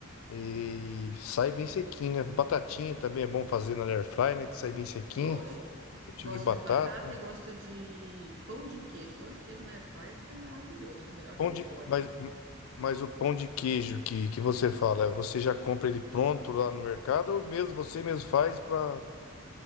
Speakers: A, on the left; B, on the right.
A: E sai bem sequinho, né? Batatinha também é bom fazer na air fry, né? Que sai bem sequinho.
B: gosto.
A: O tipo
B: Gosto
A: de batata.
B: de batata e gosto de pão de queijo. Pão de queijo na air fryer fica maravilhoso, fica melhor
A: Pão
B: que no
A: de,
B: forno.
A: mas, mas o pão de queijo que, que você fala, você já compra ele pronto lá no mercado ou mesmo você mesmo faz para